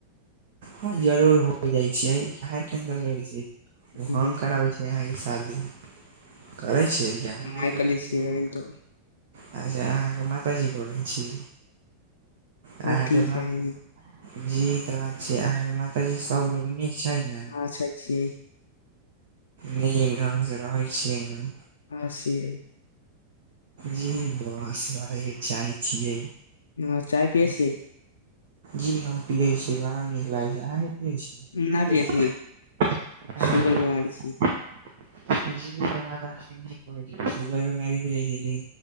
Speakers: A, on the right; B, on the left.
A: ह जरूर होय जाय छै बाहर किया नहि कराबाबेै छी
B: ह
A: हम कराबै छी यहा कऽ शादी करै छिये क्या हम
B: कमाइ
A: नै करेै
B: कले छियै
A: हू
B: अभी तो
A: अच्छा अहाँके माताजी करै छी अहाँके
B: हँ ठीक
A: मात
B: है जी
A: जीत बात छै अहाँके माताजी सब लोग नीक छै है नहि
B: हँ अच्छा छियै
A: निक ढंग से रहै छियै नहि
B: ह से ऐ
A: जी बस रहैके चाहै छियै
B: हँ चाय पियै छियै
A: जी हम पियै छियै बड़ा नीक लागे छै अहाँ नहि <unintelligible>
B: न पियै छियै शुगर बीमारी छी
A: <unintelligible> जी सुगर बीमारी हो जाइ छै लेकिन